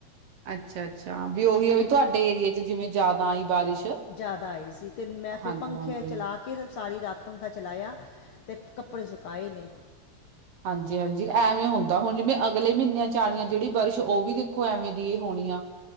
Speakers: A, on the right (about 65°); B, on the left (about 70°).
A: ਅੱਛਾ ਅੱਛਾ ਵੀ ਉਹੀ ਆ ਵੀ
B: ਇਹ
A: ਤੁਹਾਡੇ ਏਰੀਏ ਚ ਜਿਵੇਂ ਜਿਆਦਾ ਆਈ ਬਾਰਿਸ਼
B: ਜ਼ਿਆਦਾ ਆਈ ਸੀ ਅਤੇ ਮੈਂ ਫਿਰ
A: ਹਾਂਜੀ
B: ਪੰਖੇ
A: ਹਾਂਜੀ ਹਾਂਜੀ
B: ਚਲਾ ਕੇ ਸਾਰੀ ਰਾਤ ਪੰਖਾ ਚਲਾਇਆ ਤੇ ਕੱਪੜੇ ਸੁਕਾਏ ਨੇ।
A: ਹਾਂਜੀ-ਹਾਂਜੀ ਐਵੇ ਹੋਂਦਾ ਹੋਨ ਜਿਵੇ ਅਗਲੇ ਮੀਨਿਆਂ ਚ ਆਨੀ ਐ ਜੜੀ ਬਰਸ਼ ਓ ਵੀ ਦੇਖੋ ਐਵੇ ਦੀ ਈ ਹੋਣੀ ਆ।